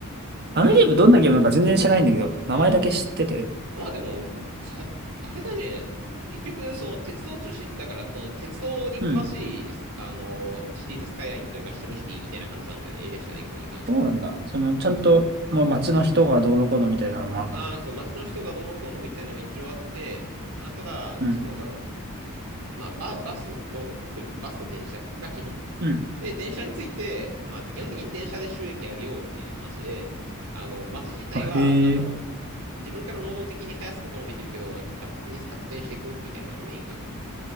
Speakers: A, on the right; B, on the right.
A: あのゲームどんなゲームなのか全然知らないんだけど、
B: なんか、
A: 名前だけ知ってて。
B: うん。まあでも、さ、あれだね。結局、その鉄道中心だから、その鉄道に詳しい、
A: うん。
B: あの、シティーズスカイラインというかシムシティみたいな感じなんだよね。A 列車で移行こうに関しては。
A: そうなんだ。その、ちゃんと、
B: そうそう。
A: もう街の人がどうのこうのみたいなのもあるの。
B: ああ、そう、街の人がどうのこうのみたいなのも一応あって、まあ、ただ、
A: うん。
B: そのなんだろう。まあ、バ、バスとくる、バスと電車が基本。
A: うん。
B: で、電車について、まあ、基本的に電車で収益上げようみたいな話で、あの、街自体は、
A: あ、へえ。
B: なんだろう、自分から能動的に生やすこともできるけど、なんか勝手に発展していくみたいなのがメインか